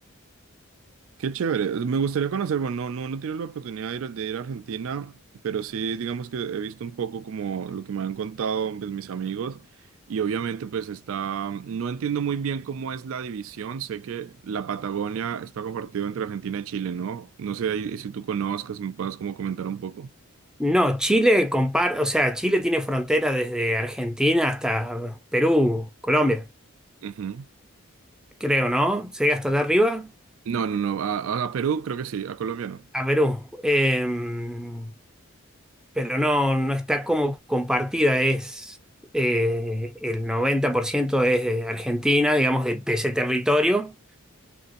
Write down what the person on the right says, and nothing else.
Qué chévere. Me gustaría conocer, bueno, no, no, no he tenido la oportunidad de ir, de ir a Argentina, pero sí, digamos que he visto un poco como lo que me han contado pues, mis amigos y obviamente pues está, no entiendo muy bien cómo es la división. Sé que la Patagonia está compartida entre Argentina y Chile, ¿no? No sé ahí si tú conozcas, me puedas como comentar un poco.
Ujú.
No, no, no, a, a- a Perú creo que sí, a Colombia no.